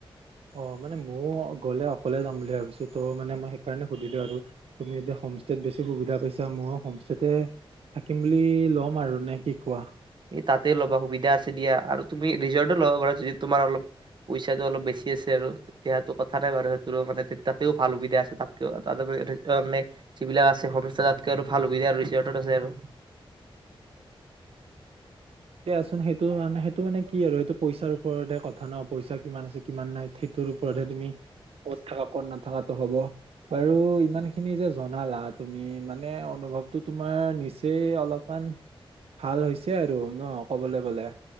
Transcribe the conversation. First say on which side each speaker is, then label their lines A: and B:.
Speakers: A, on the right; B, on the right.
A: অ মানে ময়ো গ'লে অকলে যাম বুলি ভাবিছো ত' মানে মই সেইকাৰণে সুধিলো আৰু তুমি যেতি হোমষ্টত বেছি সুবিধা পাইছা মই হোমষ্টেততে থাকিম বুলি ল'ম আৰু নে কি কোৱা।
B: এই তাতে ল'বা সুবিধা আছে দিয়া আৰু তুমি ৰিজৰ্টো ল'বা পাৰা য তোমাৰ অলপ পইচাটো অলপ বেছি আছে আৰু তেতিয়াটো কথা নাই বাৰু সেইটোৰো মানে তাতেও ভাল সুবিধা আছে তাতকৈ ত মানে যিবিলাক আছে সম তাতকৈ আৰু ভাল সুবিধা আৰু ৰিজৰ্টত আছে আৰু
A: দিয়াচোন সেইটো মানে সেইটো মানে কি আৰু সেইটো পইচাৰ ওপৰতহে কথা ন পইচা কিমান আছে কিমান নাই সেইটোৰ ওপৰতহে তুমি কত থাকা কত নাথাকাতটো হ'ব বাৰু ইমান খিনি যে জনালা তুমি মানে অনুভৱটো তোমাৰ নিচেই অলপমান। ভাল হৈছে আৰু ন ক'বলৈ গ'লে।